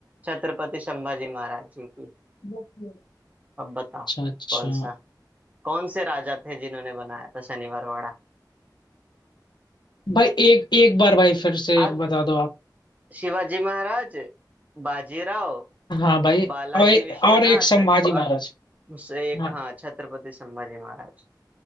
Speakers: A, on the right (about 20°); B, on the left (about 75°).
A: छत्रपति संभाजी महाराज जी की
B: अच्छा
A: अब बताओ
B: अच्छा
A: कौन सा कौन से राजा थे जिन्होंने बनाया था शनिवारवाड़ा
B: भाई एक एक बार भाई फिर से
A: अब
B: बता दो आप
A: शिवाजी महाराज बाजीराव
B: हाँ भाई
A: बालाजी
B: और,
A: विश्वनाथ
B: और एक संभाजी
A: और
B: महाराज
A: उससे एक
B: हाँ
A: हाँ छत्रपति संभाजी महाराज